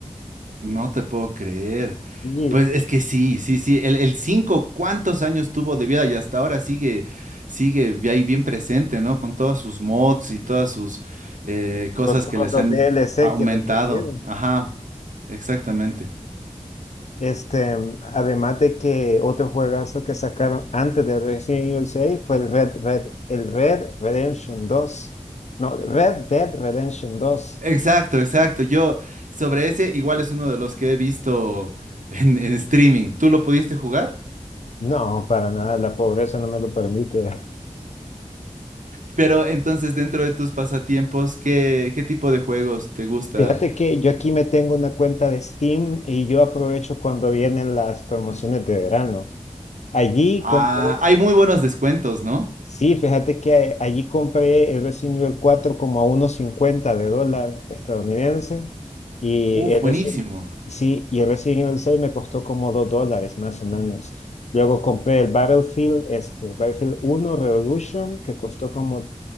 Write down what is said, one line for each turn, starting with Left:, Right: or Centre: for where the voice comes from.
Right: No te puedo creer.
Left: Y
Right: Pues es que sí, sí, sí. El, el 5, ¿cuántos años tuvo de vida? Y hasta ahora sigue, sigue vi- ahí bien presente, ¿no? Con todos sus mods y todas sus eh, cosas
Left: con todos
Right: que les
Left: los
Right: han
Left: DLC
Right: aumentado.
Left: que le metieron.
Right: Ajá, exactamente.
Left: Este, además de que otro juegazo que sacaron antes de Resident Evil 6 fue el Red, Red, el Red Redemption 2. No, Red Dead Redemption 2.
Right: Exacto, exacto. Yo sobre ese igual es uno de los que he visto en, en streaming. ¿Tú lo pudiste jugar?
Left: No, para nada, la pobreza no me lo permite.
Right: Pero entonces dentro de tus pasatiempos, ¿qué, qué tipo de juegos te gusta?
Left: Fíjate que yo aquí me tengo una cuenta de Steam y yo aprovecho cuando vienen las promociones de verano. Allí
Right: Ah,
Left: compro
Right: hay muy buenos descuentos, ¿no?
Left: Sí, fíjate que allí compré el Resident Evil cuatro como a uno cincuenta de dólar estadounidense y
Right: Uf,
Left: el
Right: buenísimo.
Left: Resident, sí, y el Resident Evil seis me costó como 2 dólares más o menos. Luego compré el Battlefield, este, Battlefield uno Revolution que costó como,